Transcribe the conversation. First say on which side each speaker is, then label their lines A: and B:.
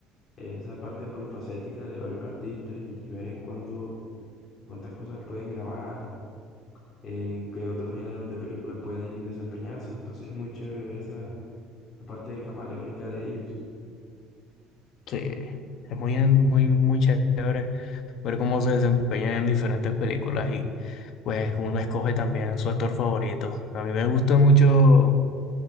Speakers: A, on the left; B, on the left.
A: esa parte polifacética de varios artistas y ver en cuándo, cuántas cosas pueden grabar, en qué otros géneros de películas pueden desempeñarse. Entonces es muy chévere ver esa, la parte de camaleónica de ellos.
B: sí. Es muy, en- muy, muy chévere ver cómo se desempeña en diferentes películas y pues uno escoge también su actor favorito. A mí me gusta mucho.